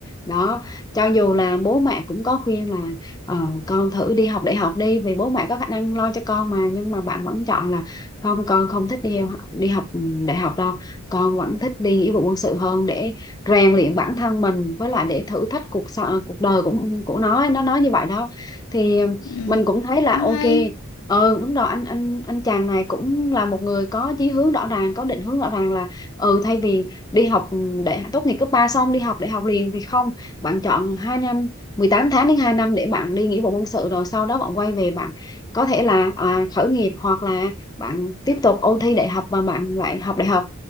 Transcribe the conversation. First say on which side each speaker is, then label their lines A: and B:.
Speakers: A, on the left (about 15°); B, on the left (about 80°).
A: đó cho dù là bố mẹ cũng có khuyên là ờ, con thử đi học đại học đi vì bố mẹ có khả năng lo cho con mà nhưng mà bạn vẫn chọn là không con không thích đi đi học ừ, đại học đâu con vẫn thích đi nghĩa vụ quân sự hơn để rèn luyện bản thân mình với lại để thử thách cuộc so- cuộc đời của của nó nó nói như vậy đó thì ờ,
B: Ừm,
A: mình cũng thấy là
B: cũng
A: ok
B: hay
A: ừ đúng rồi anh anh anh chàng này cũng là một người có chí hướng rõ ràng có định hướng rõ ràng là ừ thay vì đi học để tốt nghiệp cấp 3 xong đi học đại học liền thì không bạn chọn 2 năm 18 tháng đến 2 năm để bạn đi nghĩa vụ quân sự rồi sau đó bạn quay về bạn có thể là à, khởi nghiệp hoặc là bạn tiếp tục ôn thi đại học và bạn lại học đại học